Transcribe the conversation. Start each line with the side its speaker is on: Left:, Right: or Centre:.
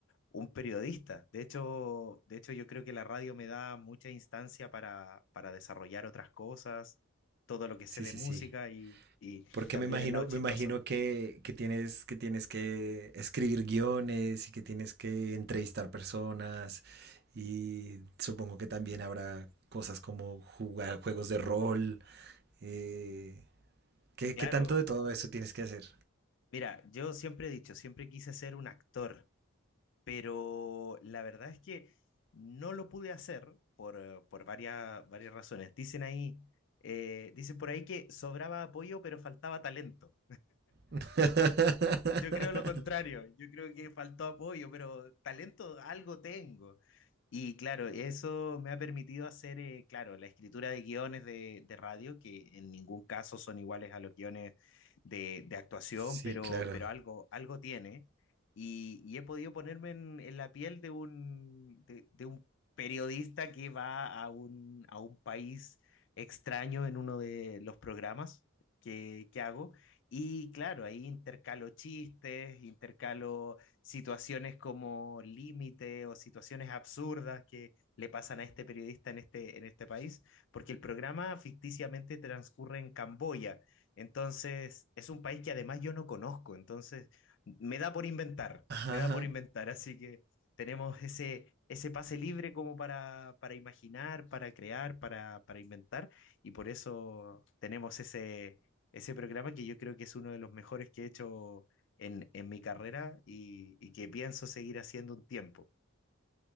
Left: un periodista. De hecho, de hecho, yo creo que la radio me da mucha instancia para, para desarrollar otras cosas, todo lo que
Right: sí,
Left: sé de
Right: sí,
Left: música
Right: sí.
Left: y, y,
Right: Porque
Left: y también
Right: me imagino,
Left: el lado chistoso.
Right: me imagino que, que tienes, que tienes que escribir guiones y que tienes que entrevistar personas y supongo que también habrá cosas como jugar juegos de rol. eh, ¿qué,
Left: Claro,
Right: qué tanto de todo eso tienes que hacer?
Left: mira, yo siempre he dicho, siempre quise ser un actor, pero la verdad es que no lo pude hacer por, eh, por varias, varias razones. Dicen ahí, eh, dicen por ahí que sobraba apoyo, pero faltaba talento.
Right: <laughs>
Left: Yo creo lo contrario, yo creo que faltó apoyo, pero talento algo tengo. Y claro, eso me ha permitido hacer, eh, claro, la escritura de guiones de, de radio, que en ningún caso son iguales a los guiones de, de actuación,
Right: Sí,
Left: pero,
Right: claro.
Left: pero algo, algo tiene. Y, y he podido ponerme en, en la piel de un, de, de un periodista que va a un, a un país extraño en uno de los programas que, que hago y claro, ahí intercalo chistes, intercalo situaciones como límite o situaciones absurdas que le pasan a este periodista en este, en este país, porque el programa ficticiamente transcurre en Camboya. Entonces, es un país que además yo no conozco, entonces me da por inventar,
Right: Ajá.
Left: me da por inventar, así que tenemos ese, ese pase libre como para, para imaginar, para crear, para, para inventar, y por eso tenemos ese, ese programa que yo creo que es uno de los mejores que he hecho en, en mi carrera y, y que pienso seguir haciendo un tiempo.